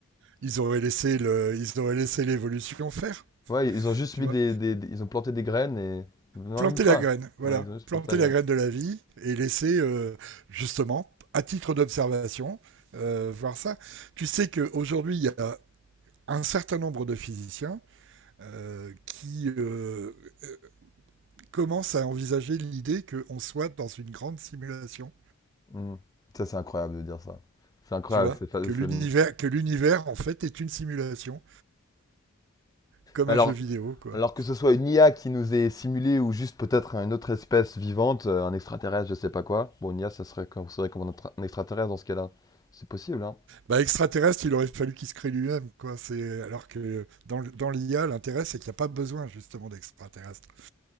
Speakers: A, on the right; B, on the left.
A: ils auraient laissé le, ils auraient laissé l'évolution faire.
B: Ouais, ils ont juste
A: Tu
B: mis
A: vois
B: des, des- des- ils ont planté des graines et non,
A: planter
B: même pas.
A: la graine, voilà,
B: Ouais, ils ont juste
A: planter
B: planté la graine.
A: la graine de la vie et laisser euh, justement, à titre d'observation, euh, voir ça. Tu sais qu'aujourd'hui, il y a un certain nombre de physiciens euh, qui euh, euh, commencent à envisager l'idée qu'on soit dans une grande simulation,
B: Hmm. Ça, c'est incroyable de dire ça. C'est incroyable.
A: tu vois
B: C'est, fa-
A: que
B: c'est-
A: l'univers, que l'univers en fait est une simulation, comme
B: Alors,
A: un jeu vidéo, quoi.
B: Alors que ce soit une IA qui nous est simulée ou juste peut-être une autre espèce vivante, euh, un extraterrestre, je sais pas quoi. Bon, une IA, ça serait considéré comme un, extra- un extraterrestre dans ce cas-là. C'est possible, hein.
A: Bah, extraterrestre, il aurait fallu qu'il se crée lui-même, quoi. C'est alors que dans, dans l'IA, l'intérêt c'est qu'il n'y a pas besoin justement d'extraterrestre.